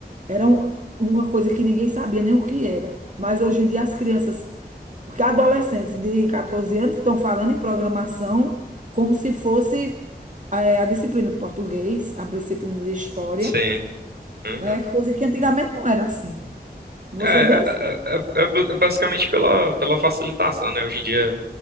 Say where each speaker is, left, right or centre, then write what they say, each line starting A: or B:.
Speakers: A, on the right; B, on the right.
A: Era um- uma coisa que ninguém sabia nem o que era. Mas hoje em dia as crianças, porque adolescentes de 14 anos estão falando em programação como se fosse eh, a disciplina de português, a disciplina de história,
B: sim. Uhum.
A: né? Coisa que antigamente não era assim. Você
B: É,
A: bem
B: é, é- é- é é basicamente pela, pela facilitação, né? Hoje em dia,